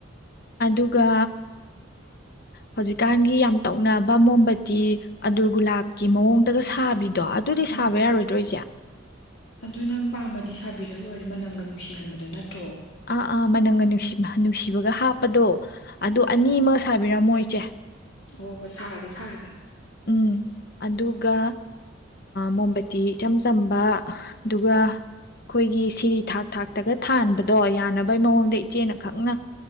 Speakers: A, on the left (about 50°); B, on the left (about 65°).
A: ꯑꯗꯨꯒ ꯍꯧꯖꯤꯛꯀꯥꯟꯒꯤ ꯌꯥꯝ ꯇꯧꯅꯕ ꯃꯣꯝꯕꯇꯤ ꯑꯗꯨꯗꯨꯔ ꯒꯨꯂꯥꯞꯀꯤ ꯃꯑꯣꯡꯗꯒ ꯁꯥꯕꯤꯗ ꯑꯣ ꯑꯗꯨꯗꯤ
B: ꯎꯝ
A: ꯁꯥꯕ ꯌꯥꯔꯣꯏꯗ꯭ꯔꯣꯏꯁꯦ
B: ꯑꯗꯨ ꯅꯪ ꯄꯥꯝꯃꯗꯤ ꯁꯥꯕꯤꯔ ꯂꯣꯏꯔꯦ ꯃꯅꯝꯒ ꯅꯨꯡꯁꯤꯍꯟꯕꯗꯨꯣ ꯅꯠꯇ꯭ꯔꯣ
A: ꯑꯥ ꯑꯥ ꯃꯅꯝꯒ ꯅꯨꯡꯁꯤ ꯅꯨꯡꯁꯤꯕꯒ ꯍꯥꯞ ꯄꯗꯣ ꯑꯗꯨ ꯑꯅꯤ ꯑꯃꯒ ꯁꯥꯕꯤꯔꯝꯃꯣ ꯏ ꯆ‌ꯦ
B: ꯑꯣ ꯍꯣꯏ ꯁꯥꯔꯒꯦ ꯁꯥꯔꯒꯦ
A: ꯎꯝ ꯑꯗꯨꯒ ꯃꯣꯝꯕꯇꯤ ꯏꯆꯝ ꯆꯝꯕ ꯑꯗꯨꯒ ꯑꯩꯈꯣꯏꯒꯤ ꯁꯤꯔꯤ ꯊꯥꯛ ꯊꯥꯛꯇꯒ ꯊꯥꯟꯕꯗꯣ ꯌꯥꯅꯕꯩ ꯃꯑꯣꯡꯗ ꯏꯆꯦꯅ ꯈꯪꯅ